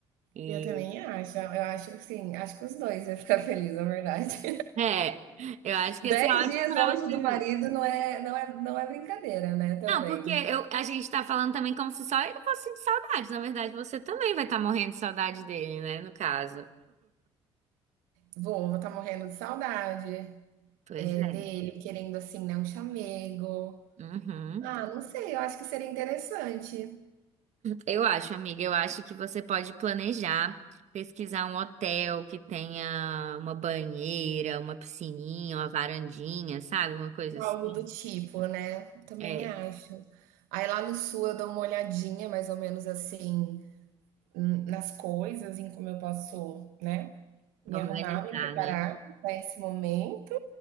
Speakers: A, on the right (about 55°); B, on the right (about 80°).
A: E
B: Eu também acho, eu acho que sim acho que os 2 iam ficar feliz, na verdade.
A: é, eu
B: <laughs>
A: acho que ia
B: dez
A: ser ótimo
B: dias
A: pra
B: longe
A: você.
B: do marido não é não é não é brincadeira, né, também.
A: Não, porque eu, a gente tá falando também como se só ele fosse sentir saudade. Na verdade, você também vai estar morrendo de saudade dele, né? No caso.
B: Vou, vou estar morrendo de saudade.
A: Pois
B: É, dele
A: é.
B: querendo, assim, né, um chamego.
A: Uhum.
B: Ah, não sei, eu acho que seria interessante,
A: Eu acho, amiga, eu acho que você pode planejar, pesquisar um hotel que tenha uma banheira, uma piscininha, uma varandinha, sabe? Uma coisa
B: algo
A: assim.
B: do tipo, né, também
A: É,
B: acho. Aí lá no sul eu dou uma olhadinha mais ou menos assim, hum, nas coisas, em como eu posso, né, me
A: organizar,
B: arrumar, me preparar
A: né?
B: para esse momento